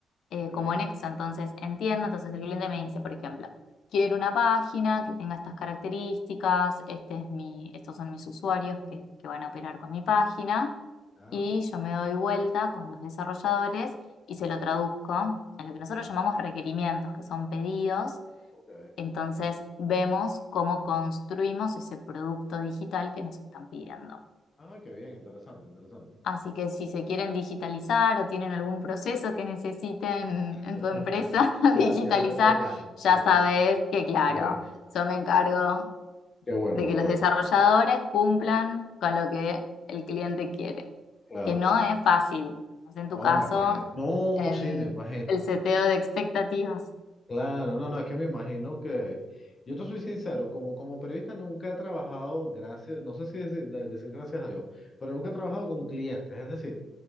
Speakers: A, on the left; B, on the left.
A: eh,
B: ok,
A: como nexo. Entonces entiendo, entonces el cliente me dice, por ejemplo, quiero una página que tenga estas características, este es mi, estos son mis usuarios que, que van a operar con mi página
B: ya,
A: y yo me doy vuelta con los desarrolladores y se lo traduzco a lo
B: ok,
A: que nosotros llamamos requerimientos, que son pedidos.
B: ok.
A: Entonces vemos cómo construimos ese producto digital que nos están pidiendo.
B: Ah, qué bien, interesante, interesante.
A: Así que si se quieren digitalizar o tienen algún proceso que necesiten en
B: <laughs>
A: tu empresa <laughs>
B: Ya,
A: digitalizar,
B: ya te, te llamo.
A: ya
B: te-
A: sabes
B: te-
A: que, claro,
B: te-
A: yo me encargo
B: Qué bueno,
A: de
B: qué
A: que
B: bueno.
A: los desarrolladores cumplan con lo que el cliente quiere,
B: Claro.
A: que no es fácil. En tu
B: No,
A: caso,
B: me imagino. No,
A: en
B: sí, me imagino,
A: el
B: me
A: seteo
B: imagino.
A: de expectativas,
B: Claro, no, no, es que me imagino que. Yo te soy sincero, como, como periodista nunca he trabajado, gracias, no sé si decir, de- decir gracias a Dios, pero nunca he trabajado con clientes. Es decir,